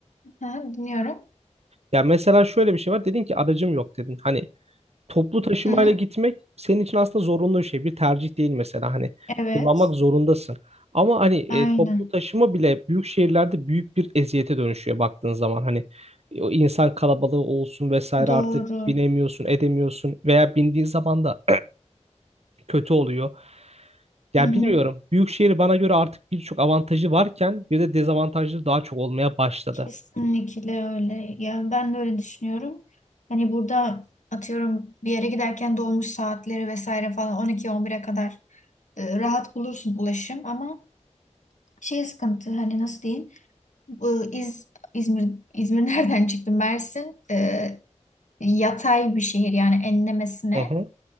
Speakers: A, on the left; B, on the right.
A: ha, dinliyorum.
B: Ya mesela şöyle bir şey var. Dedin ki aracım yok dedin. Hani toplu taşımayla
A: Hı hı.
B: gitmek senin için aslında zorunlu bir şey. Bir tercih değil mesela hani
A: Evet.
B: kullanmak zorundasın. Ama hani e,
A: Aynen.
B: toplu taşıma bile büyük şehirlerde büyük bir eziyete dönüşüyor baktığın zaman. Hani e, o insan kalabalığı olsun vesaire
A: Doğru.
B: artık binemiyorsun, edemiyorsun veya bindiğin zaman da kötü oluyor. Ya
A: Hı hı.
B: bilmiyorum. Büyükşehir bana göre artık birçok avantajı varken bir de dezavantajları daha çok olmaya başladı.
A: Kesinlikle öyle. Ya ben de öyle düşünüyorum. Hani burada atıyorum bir yere giderken dolmuş saatleri vesaire falan on iki on bire kadar e, rahat bulursun ulaşım ama şey sıkıntı hani nasıl diyeyim? Bu İz, İzmir, İzmir <laughs> nereden çıktı? Mersin e, yatay bir şehir yani enlemesine
B: Hı hı.